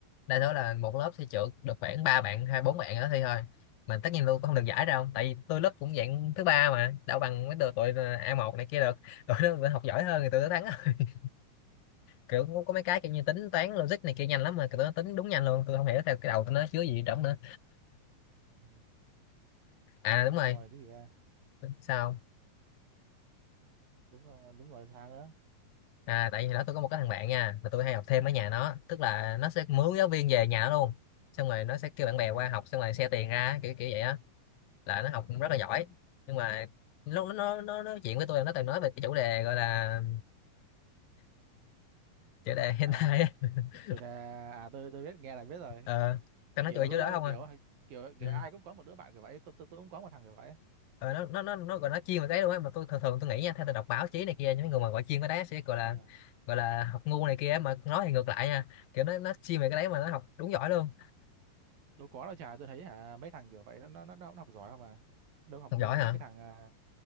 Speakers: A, on the left; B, on the right.
A: đa số là một lớp thi trượt được khoảng ba bạn hai bốn bạn đó thi thôi mà tất nhiên tôi cũng không được giải đâu
B: ừ.
A: tại vì tôi lớp cũng dạng thứ ba mà đâu bằng mấy đứa tụi à, a một này kia được <laughs> tụi nó học giỏi hơn thì tụi nó thắng <laughs> kiểu có có mấy cái kiểu như tính toán logic này kia nhanh lắm mà tụi nó tính đúng nhanh luôn tôi không hiểu theo cái đầu tụi nó chứa gì trong nữa
B: Ừ. Ừ.
A: à đúng
B: xong
A: rồi
B: rồi cái gì ra
A: sao
B: đúng rồi đúng rồi sao nữa
A: à tại vì đó tôi có một cái thằng bạn nha mà tôi hay học thêm ở nhà nó tức là nó sẽ mướn giáo viên về nhà nó luôn xong rồi nó sẽ kêu bạn
B: à
A: bè qua học xong rồi xe tiền ra kiểu kiểu vậy á là nó học cũng rất
B: ừ.
A: là giỏi nhưng mà lúc nó nó nó nói chuyện với tôi nó toàn nói về cái chủ đề gọi là chủ đề hentai
B: à
A: á. <laughs>
B: chủ đề à tôi tôi biết nghe là biết rồi
A: ờ tao nói
B: kiểu
A: chuyện
B: lâu
A: chỗ đó
B: lâu
A: không à
B: kiểu kiểu
A: ừ.
B: kiểu ai cũng có một đứa bạn kiểu vậy tôi tôi, tôi cũng có một thằng kiểu vậy
A: ờ, nó nó nó nó gọi nó chuyên về cái luôn á mà tôi thường thường tôi nghĩ nha theo tôi đọc báo chí này kia những người mà gọi chuyên cái đấy sẽ gọi là
B: Ừ.
A: gọi là học ngu này kia mà nói thì ngược lại nha kiểu nó nó chuyên về cái đấy mà nó học đúng giỏi luôn
B: đâu có đâu chả tôi thấy hả mấy thằng kiểu vậy nó nó nó, nó cũng học giỏi không à đâu học
A: học
B: ngu
A: giỏi
B: đâu
A: hả
B: cái cái thằng à,